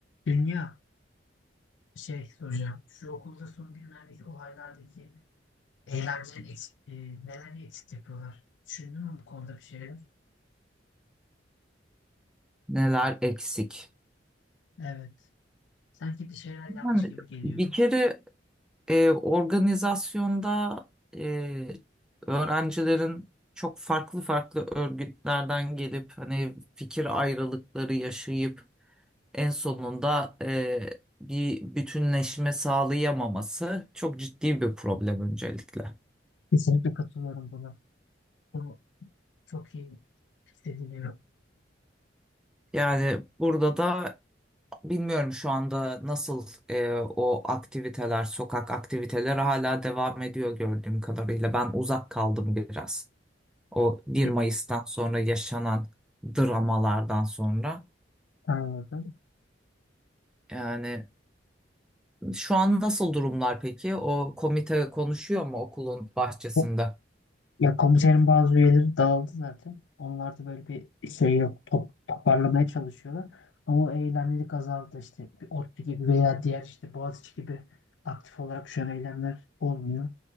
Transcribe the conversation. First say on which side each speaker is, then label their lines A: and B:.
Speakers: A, on the left; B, in the centre.
A: Dünya şey soracağım. Şu okulda son günlerdeki olaylardaki eylemleri eksik, e, neleri eksik yapıyorlar? Düşündün mü bu konuda bir şeyler?
B: Neler eksik?
A: Evet. Sanki bir şeyler yanlış
B: Yani
A: gibi geliyor.
B: bir kere e, organizasyonda e, öğrencilerin çok farklı farklı örgütlerden gelip hani fikir ayrılıkları yaşayıp en sonunda e, bir bütünleşme sağlayamaması çok ciddi bir problem öncelikle.
A: Kesinlikle katılıyorum buna. Bunu çok iyi hissediliyor.
B: Yani burada da Bilmiyorum şu anda nasıl e, o aktiviteler, sokak aktiviteleri hala devam ediyor gördüğüm kadarıyla. Ben uzak kaldım biraz. O bir
A: E,
B: Mayıs'tan sonra yaşanan dramalardan sonra.
A: Anladım.
B: Yani şu an nasıl durumlar peki? O komite konuşuyor mu okulun bahçesinde?
A: Bu- Ya komiserin bazı üyeleri dağıldı zaten. Onlar da böyle bir şey yok. Top, toparlamaya çalışıyorlar. Ama o eylemlilik azaldı işte. Bir ODTÜ gibi veya diğer işte Boğaziçi gibi aktif olarak şu an eylemler olmuyor.